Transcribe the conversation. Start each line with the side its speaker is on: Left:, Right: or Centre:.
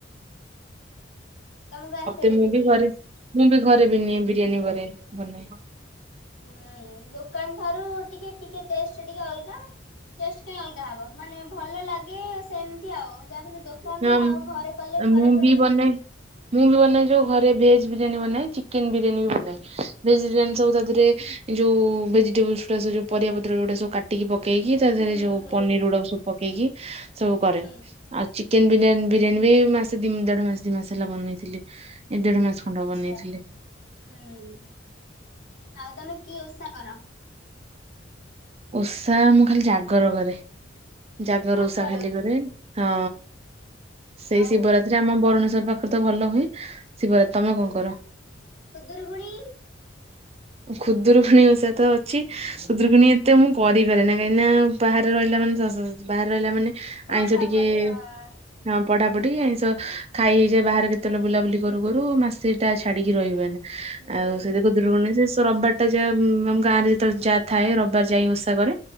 Left: ତମକୁ ଆସେ
Right: ହତେ
Left: ବୋଧେ
Right: ମୁଁ ବି
Left: ବିରିୟାନୀ?
Right: ଘରେ ମୁଁ ବି ଘରେ ବି ନିଏ ବିରିୟାନୀ ଘରେ ବନାଏ,
Left: ହୁଁ ଦୋକାନ୍ ଠାରୁ ଟିକେ-ଟିକେ ଟେଷ୍ଟ୍ ଟିକେ ଅଲଗା, ଚେଷ୍ଟ୍ କଇଁ ଅଲଗା ହବ ମାନେ ଭଲ ଲାଗେ ସେମିତି ଆଉ ଯାହା ବି ହେଲେ ଦୋ ଦୋକାନ
Right: ହଁ
Left: ଆଉ ଘରେ କଲେ ଫରକ୍
Right: ମୁଁ
Left: ରହିବନି,
Right: ବି ବନାଏ ମୁଁ ବି ବନାଏ ଯୋଉ ଘରେ ଭେଜ ବିରିୟାନୀ ବନାଏ ଚିକେନ୍ ବିରିୟାନୀ
Left: ହୁଁ
Right: ବି ବନାଏ ଭେଜ ବିରିୟାନୀ ସବୁ ତା ଦେହରେ, ଯଉ ଭେଜିଟେବୁଲ୍ସ୍ ଗୁଡ଼ା ସବଉ ପରିବା ପତ୍ର ଗୁଡ଼ା ସବୁ କାଟିକି ପକେଇକି ତା
Left: ହୁଁ
Right: ଦେହରେ ଯୋଉ
Left: ହୁଁ
Right: ପନିର ଗୁଡ଼ା ସବ୍ ପକେଇକି ସବୁ କରେ,
Left: ହୁଁ
Right: ଚିକେନ୍ ବିରିୟାନ୍ ବିରିୟାନୀ ବି ମାସେ ଦି ଦେଢ ମାସ ଦି ମାସ ହେଲା ବନେଇଥିଲି ଏ ଦେଢ ମାସ, ଖଣ୍ଡ
Left: ଆଚ୍ଛା
Right: ବନେଇଥିଲି
Left: ଆଉ-ଆଉ ତମେ କିଏ ଓଷା କର?
Right: ଓଷା ମୁଁ ଖାଲି ଜାଗର କରେ, ଜାଗ
Left: ଜାଗର
Right: ର ଉଷା ଖାଲି କରେ ହଁ ସେଇ
Left: ଆଉ
Right: ଶିବରାତ୍ ସେଥିରେ ଆମ ଭରୁଣେଶ୍ଵର ପାଖରେ ତ ଭଲ ହୁଏ, ଶିବରାତ୍ରି
Left: ହୁଁ
Right: ତମେ
Left: ଆଉ
Right: କଣ କର?
Left: ଖଜୁର କୋଳି,
Right: ଖୁଦରୁ ଖଣି ଓଷା ତ ଅଛି, ସୁଦ୍ରକୁଣ ଏତେ ମୁଁ କରିପାରେ ନା କାହିଁକି ନା ବାହାରେ ରହିଲା ମାନେ <unintelligible> ବାରେ ରହିଲା ମାନେ,
Left: ପଢା
Right: ଆଇଁଷ ଟିକେ,
Left: ପଢି ହଁ
Right: ହଁ ପଢ଼ା ପଢ଼ି ଏଇଷ ଖାଇ ହେଇଯାଏ ବାହାରେ କେତେବେଳେ ବୁଲାବୁଲି କରୁ-କରୁ ମାସଟା ଛାଡିକି ରହିବେନି, ଆଉ
Left: ହୁଁ
Right: ସେଇ ଯୋଉ ଦେଖୁଦରବଣି ସେସ ରବା, ତ ଯାହା ମୁଁ ଆମ ଗାଁରେ ଯେତେବେଳେ ଯାହା ଥାଏ ରବିବାର୍ ଯାଇ ଓଷା କରେ